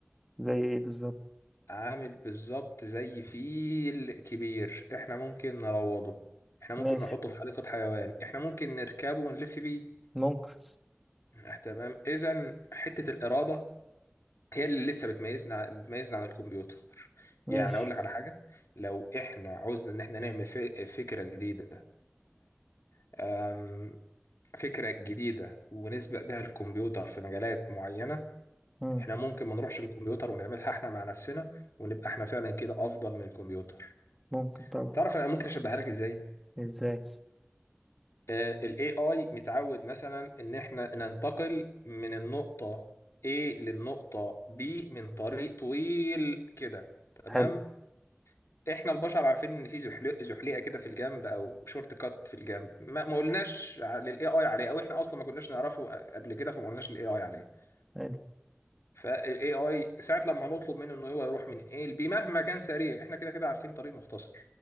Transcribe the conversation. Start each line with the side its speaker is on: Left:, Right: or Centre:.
Centre: زي ايه بالظبط
Left: عامل بالظبط زي فيل كبير احنا ممكن نروضه احنا ممكن
Centre: ماشي
Left: نحطه في حديقة حيوان احنا ممكن نركبه ونلف بيه
Centre: ممكن
Left: آه، تمام اذا حتة الإرادة هي اللي لسه بتميزنا بتميزنا عن الكمبيوتر
Centre: ماشي
Left: يعني اقول لك على حاجة لو احنا عاوزنا ان احنا نعمل ف- فكرة جديدة تمام فكرة جديدة ونسبق بها الكمبيوتر في مجالات معينة
Centre: مم.
Left: احنا ممكن ما نروحش للكمبيوتر ونعملها احنا مع نفسنا ونبقى احنا فعلا كده افضل من الكمبيوتر
Centre: ممكن طبعا
Left: تعرف انا ممكن اشبهها لك ازاي
Centre: ازاي
Left: آه ال AI متعود مثلا ان احنا ننتقل من النقطة A للنقطة B من طريق طويل كده تمام
Centre: حلو
Left: احنا البشر عارفين ان في زحلي- زحليقه كده في الجنب او شورت كات في الجنب ما ما قلناش للاي اي عليه او احنا اصلا ما كناش نعرفه قبل كده فما قلناش للاي اي عليه
Centre: حلو
Left: فالاي اي ساعه لما هنطلب منه انه هو يروح من ايه لبي مهما كان سريع احنا كده كده عارفين طريق مختصر